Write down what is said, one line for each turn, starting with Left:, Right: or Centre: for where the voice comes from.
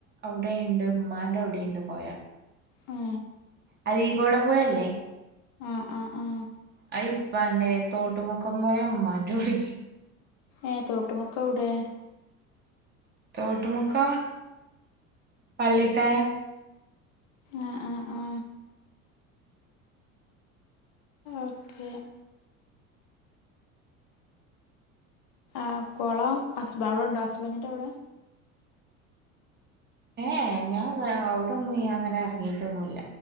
Right: അവിടെയ്ണ്ട് ഉമ്മാന്റെ അവിടെയ്ണ്ട് പൊയ
Left: ആ
Right: അരീ കോോടം പോയല്ലേ
Left: ആ ആ ആ
Right: അത് ഇപ്പാൻറ്റെ തോട്ടുമക്കം പൊയ അമ്മാന്റെ ടി
Left: ഏ തോട്ടുമുക്ക എവിടെ
Right: തോട്ടുമുക്കം പള്ളിത്തായ
Left: ആ ആ ആ ഓക്കെ ആ കൊളം അസ്ബ അവിടെ ഉണ്ടോ അസ്ബൻറ്റിൻറ്റെ അവിടെ
Right: ഏ ഏ ഞാ അവിടൊന്നും അങ്ങനെ അറഞീട്ടൊന്നുല്ല